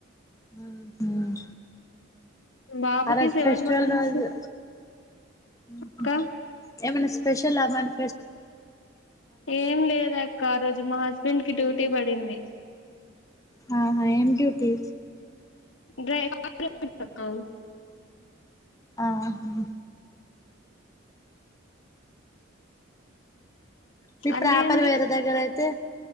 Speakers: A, on the left; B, on the left.
A: ఉమ్మ్ హ్మ్మ్
B: బాబుకి
A: ఆ రోజు
B: సెవెన్
A: ఫెస్టివల్
B: మంత్స్
A: రోజు హ్మ్
B: అక్క
A: హ్మ్ ఏమన్నా పేషల్ ఆ మరి్
B: ఏం లేదా అక్కా ఆ రోజు మా హస్ వీడ్కి డ్యూటీ పడింది.
A: ఆహా ఏం డ్యూటీ
B: డ్రైవర్ అక్కా.
A: ఆహ్ము మీ
B: అన్నయ్య
A: ప్రాపర్
B: ఏం చేస్
A: వేరే దగ్గర అయితే.